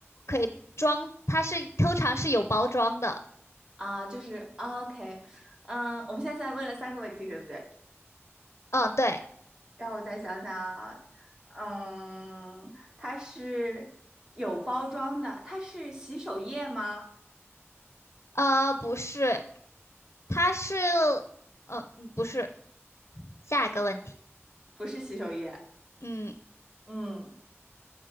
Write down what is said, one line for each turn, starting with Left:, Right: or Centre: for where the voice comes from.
Left: 可以装，它是通常是有包装的。
Right: 啊，就是啊 OK，嗯，我们现在在问了三个问题，对不对？
Left: 嗯，对，
Right: 让我再想想啊嗯，它是有包装的，它是洗手液吗？
Left: 呃，不是，它是，嗯、嗯，不是。下一个问题，
Right: 不是洗手液，
Left: 嗯
Right: 嗯，